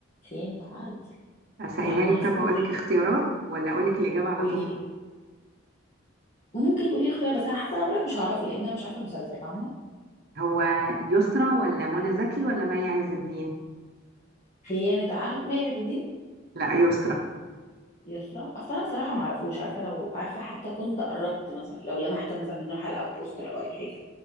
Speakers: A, on the left; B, on the right.
A: خيانه عهد
B: اسهلها
A: لا معرفوش
B: لك طب اقول لك اختيارات ولا اقول لك الاجابه على
A: قولي
B: طول
A: لي ممكن تقولي اختيار بس انا حاسه انا برك مش هعرفه لان انا مش عارفه المسلسل فاهمه
B: هو يسرى ولا منى زكي ولا مي عز الدين
A: خيانه عهد مي عز الدين
B: لا يسرى
A: يسرا اصلا انا صراحه ما اعرفوش عارفه لو عارفه حتى كنت قربت مثلا لو لمحت مثلا منه حلقه او بوستر او اي حاجه